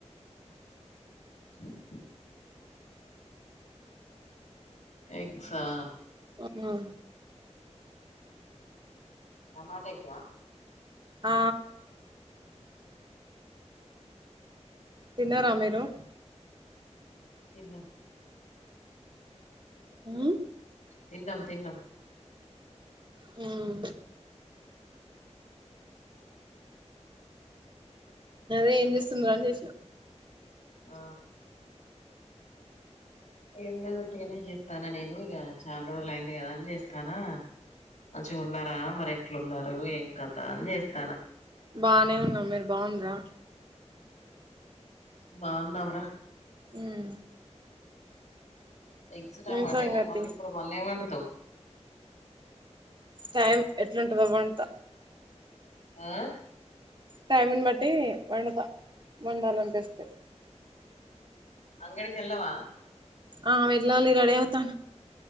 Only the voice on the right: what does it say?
ఆహా
ఆ
తిన్నరా మీరు
హు
హుమ్ అదే ఏం చేస్తున్నారు అని చేసినా
బానే ఉన్నాం మీరు బాగుండ్రా
మ్మ్
ఏం సంగతి
టైం ఎట్లుంటదొ వంట
టైమ్ నీ బట్టి వండుతా వండాలనిపిస్తే
ఆ వెళ్ళలి రెడీ అవుతా